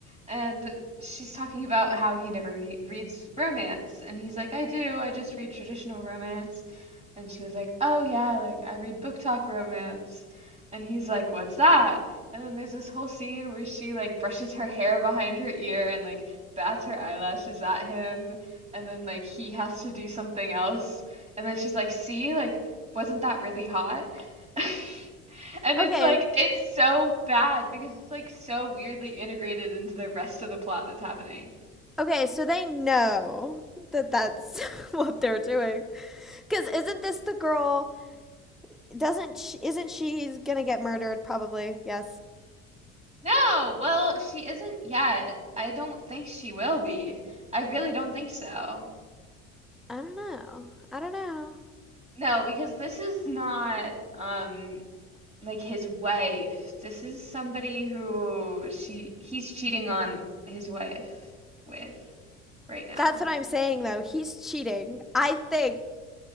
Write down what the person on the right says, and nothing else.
and she's talking about how he never re reads romance, and he's like, I do, I just read traditional romance. And she was like, Oh yeah, like I read book talk romance. And he's like, "What's that?" And then there's this whole scene where she like brushes her hair behind her ear and like bats her eyelashes at him. And then like he has to do something else. And then she's like, "See, like wasn't that really hot?" <laughs> And
it's like it's so bad because it's like so weirdly integrated into the rest of the plot that's happening.
No, well, she isn't yet. I don't think she will be. I really don't think so.
No, because this is not um like his wife. This is somebody who she he's cheating on his wife with right now.